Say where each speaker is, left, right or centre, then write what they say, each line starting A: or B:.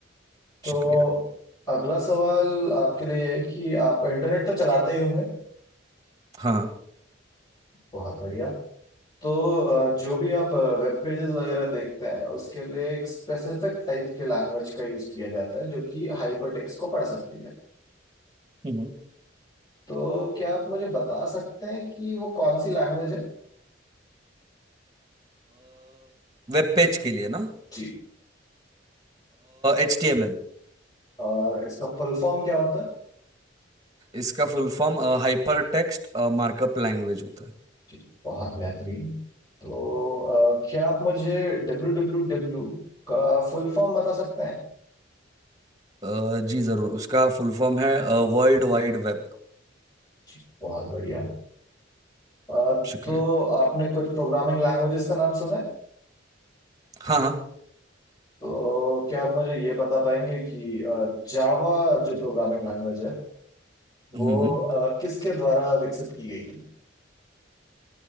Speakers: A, on the left (about 20°); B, on the right (about 20°).
A: तो
B: शुक्रिया
A: अगला सवाल आपके लिए है कि आप इंटरनेट तो चलाते ही होंगे
B: हाँ
A: बहुत बढ़िया तो अ, जो भी आप वेब पेजेस वगैरह देखते हैं उसके लिए एक स्पेसिफिक टाइप के लैंग्वेज का यूज किया जाता है जो कि हाइपर टेक्स्ट को पढ़ सकती है
B: हम्म।
A: तो क्या आप मुझे बता सकते हैं कि वो कौन सी लैंग्वेज है
B: वेब पेज के लिए ना
A: जी
B: H T M L
A: और इसका फुल फॉर्म क्या होता है
B: इसका full form hyper text markup language होता है
A: जी बहुत बेहतरीन तो अ, क्या आप मुझे डब्ल्यू डब्ल्यू डब्ल्यू का फुल फॉर्म बता सकते हैं
B: अ, जी जरूर उसका फुल फॉर्म है वर्ल्ड वाइड वेब
A: जी बहुत बढ़िया अ,
B: शुक्रिया
A: तो आपने कुछ प्रोग्रामिंग लैंग्वेजेस का नाम सुना है
B: हाँ हाँ
A: तो क्या आप मुझे ये बता पाएंगे कि जावा जो प्रोग्रामिंग लैंग्वेज है वो
B: हम्म
A: अ, किसके द्वारा विकसित की गई थी